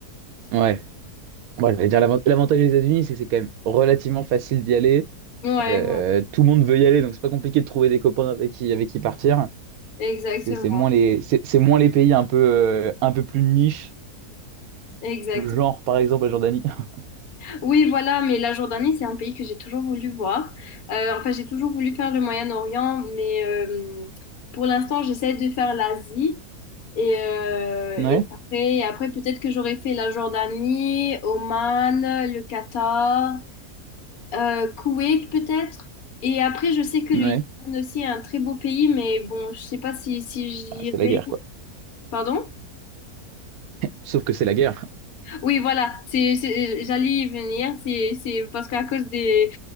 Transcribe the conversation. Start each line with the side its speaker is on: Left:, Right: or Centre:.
Right: Ouais. Moi, j'allais dire, l'avant- l'avantage des États-Unis, c'est que c'est quand même relativement facile d'y aller.
Left: Ouais,
Right: Euh,
Left: ouais,
Right: tout le monde veut y aller, donc c'est pas compliqué de trouver des copains avec qui, avec qui partir.
Left: exactement,
Right: C'est c'est moins les, c'est c'est moins les pays un peu, euh, un peu plus niche,
Left: exactement.
Right: genre par exemple la Jordanie. <laughs>
Left: Oui, voilà, mais la Jordanie, c'est un pays que j'ai toujours voulu voir. Euh, enfin, j'ai toujours voulu faire le Moyen-Orient, mais euh, pour l'instant, j'essaie de faire l'Asie. Et, euh,
Right: Ouais,
Left: et après, et après peut-être que j'aurais fait la Jordanie, Oman, le Qatar. Euh, Koweït peut-être. Et après, je sais que le
Right: ouais.
Left: Yémen aussi est un très beau pays, mais bon, je sais pas si, si
Right: Ah, c'est
Left: j'irai.
Right: la guerre, quoi.
Left: Pardon?
Right: Sauf que c'est la guerre.
Left: Oui, voilà, c'est, c'est- j'allais y venir. C'est, c'est parce qu'à cause des,